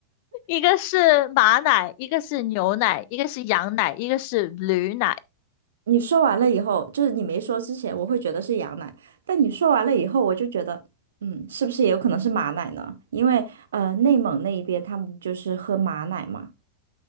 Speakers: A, on the left; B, on the right.
A: 一个是马奶，一个是牛奶，一个是羊奶，一个是驴奶。
B: 你说完了以后，就是你没说之前，我会觉得是羊奶，但你说完了以后，我就觉得，嗯，是不是也有可能是马奶呢？因为呃，内蒙那一边他们就是喝马奶嘛，